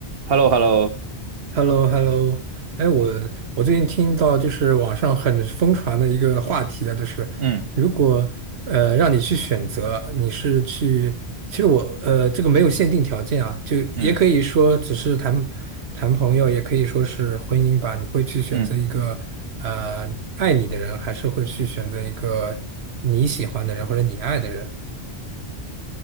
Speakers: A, on the right; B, on the right.
A: h e l l o h e l l o
B: h e l l o h e l l o 哎，我我最近听到就是网上很疯传的一个话题啊，就是如果呃让你去选择，
A: 嗯
B: 你是去，其实我呃这个没有限定条件啊，就也可以说只是谈谈朋友，
A: 嗯
B: 也可以说是婚姻吧。你会去选择一个呃爱你的人，
A: 嗯
B: 还是会去选择一个你喜欢的人或者你爱的人？